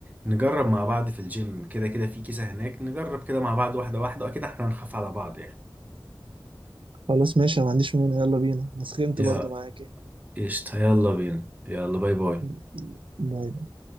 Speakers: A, on the right; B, on the right.
A: نجرب مع بعض في الجيم كده كده في كيسة هناك نجرب كده مع بعض واحدة واحدة واكيد احنا هنخاف على بعض يعني
B: خلاص ماشي أنا ما عنديش مانع يلا بينا انا سخنت
A: يا
B: برضو معاك يعني
A: قشطة يلا بينا يلا باي باي
B: م- م- باي